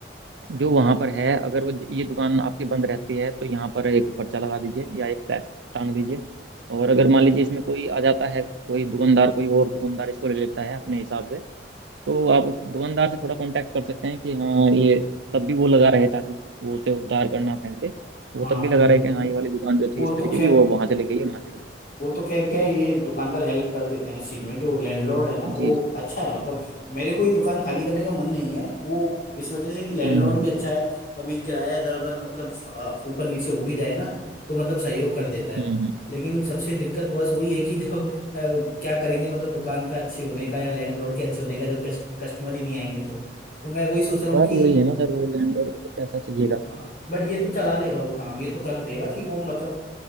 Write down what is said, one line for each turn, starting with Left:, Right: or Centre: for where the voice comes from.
Right: जो वहाँ पर है अगर वो ये दुकान आपकी बंद रहती है तो यहाँ पर एक पर्चा लगा दीजिए या एक फ्लैग टांग दीजिए और अगर मान लीजिए इसमें कोई आ जाता है कोई दुकानदार कोई और दुकानदार इसको ले लेता है अपने हिसाब से तो आप उस दुकानदार से थोड़ा कांटेक्ट कर सकते हैं कि हाँ ये तब भी वो लगा रहे ताकि वो उसे उतार कर ना फेंक दे वो
Left: हाँ
Right: तब भी
Left: नहीं
Right: लगा रहे
Left: बिल्कुल
Right: कि हाँ ये वाली दुकान जो
Left: वो
Right: थी इस तरीके
Left: तो खैर
Right: की वो वहाँ से ले गई है वहाँ से ले गई
Left: वो तो खैर क्या है
Right: बस
Left: ये दुकानदार हेल्प कर देते हैं इस चीज में जो लैंडलॉर्ड है ना वो
Right: जी जी
Left: अच्छा है मतलब मेरे को ये दुकान खाली करने का मन नहीं है वो इस वजह से कि लैंडलॉर्ड
Right: हम्म हम्म
Left: भी अच्छा है कभी किराया इधर उधर मतलब अ, ऊपर नीचे हो भी जाए ना तो मतलब सहयोग कर देता है
Right: हम्म हम्म।
Left: लेकिन सबसे दिक्कत बस वही है कि जब अ, क्या करेंगे मतलब दुकान का अच्छे होने का या लैंडलॉर्ड के अच्छे होने का जब कस्ट, कस्टमर ही नहीं आएंगे तो तो मैं वही सोच रहा हूँ
Right: बात
Left: कि
Right: वही है ना सर वो लैंडलॉर्ड को तो पैसा चाहिएगा
Left: हाँ बट ये तो चला लेगा वो काम ये तो कर देगा कि वो मतलब